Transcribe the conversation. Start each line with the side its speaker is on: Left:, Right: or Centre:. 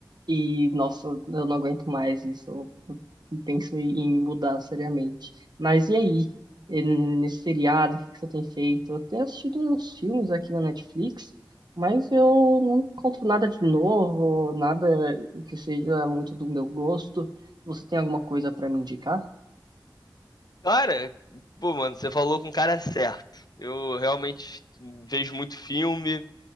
Right: E, nossa, eu não aguento mais isso. Eu penso em me mudar seriamente. Mas e aí? E Nesse feriado, o que que você tem feito? Eu tenho assistido uns filmes aqui na Netflix, mas eu não encontro nada de novo, nada que seja muito do meu gosto. Você tem alguma coisa para me indicar?
Left: Cara, pô, mano, você falou com o cara certo. Eu realmente vejo muito filme,